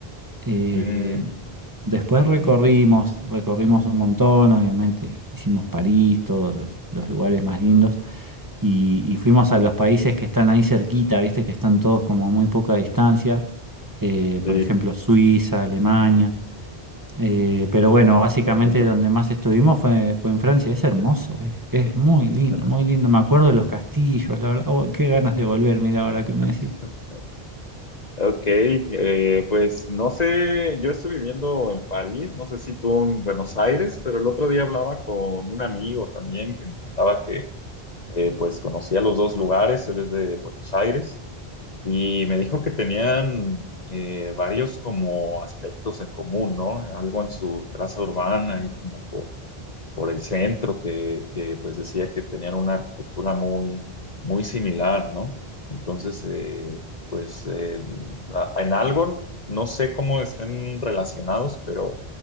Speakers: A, on the right (about 20°); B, on the left (about 45°).
A: Eh,
B: Mm,
A: después
B: qué
A: recorrimos,
B: bonito.
A: recorrimos un montón, obviamente, hicimos París, todos los, los lugares más lindos, y, y fuimos a los países que están ahí cerquita, viste, que están todos como a muy poca distancia, eh,
B: Sí,
A: por ejemplo, Suiza, Alemania. Eh, pero bueno, básicamente
B: qué bonito.
A: donde más estuvimos fue, fue en Francia, es hermoso, es, es muy lindo,
B: Ajá.
A: muy lindo. Me acuerdo de los castillos, la verdad, oh, qué ganas de volver, mira ahora que me
B: <laughs>
A: decís.
B: Ok, eh, pues no sé, yo estoy viviendo en París, no sé si tú en Buenos Aires, pero el otro día hablaba con un amigo también que me contaba que eh, pues conocía los dos lugares, él es de Buenos Aires, y me dijo que tenían eh, varios como aspectos en común, ¿no? Algo en su traza urbana y como por por el centro, que, que, pues decía que tenían una arquitectura muy, muy similar, ¿no? Entonces, eh, pues eh, a- en algo, no sé cómo estén relacionados, pero,